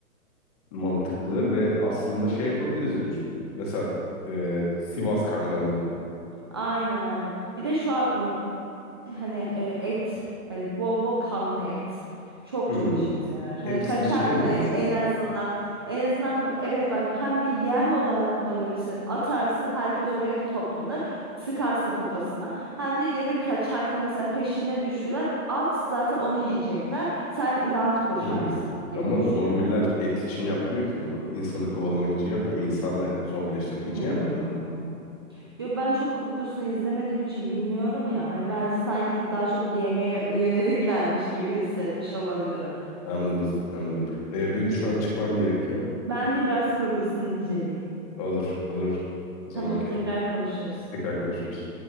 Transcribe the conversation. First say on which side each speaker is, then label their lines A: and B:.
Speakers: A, on the left; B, on the right.
A: Mantıklı ve aslında şey yapabiliriz diyorsun. Mesela e, Sivas Kangalları.
B: Aynen aynen. Bir de şu aklıma hani e, et. Hani bol bol kanlı et. Çok
A: Hmm.
B: çok işimize yarar. Hani
A: Hepsini
B: kaçarken
A: şey mi diyorsun?
B: e- en azından en azından b- evet bak hem bir yem olarak kullanabilirsin. Atarsın herkes oraya toplanır. Sıkarsın kafasına. Hem de ya da kaçarken mesela peşine düştüler. At zaten onu yiyecekler. Sen rahat koşarsın
A: Hmm.
B: gibi
A: Ama
B: düşünüyorum.
A: zombiler et için yapmıyor ki bunu. İnsanı kovalamak için yapmıyor mu? İnsanı zombileştirmek
B: Hmm.
A: için yapmıyor mu?
B: Yo ben çok kurgusunu izlemediğim için bilmiyorum ya. Hani ben sanki daha çok yemeğe yöneliklermiş gibi hissetmiş olabilirim.
A: <laughs> Anladım, anladım. Ee, benim şu an çıkmam gerekiyor.
B: Ben de biraz kurgusunu inceleyeyim.
A: Olur, olur. O zaman
B: Tamam
A: okey.
B: tekrar konuşuruz.
A: Tekrar konuşuruz.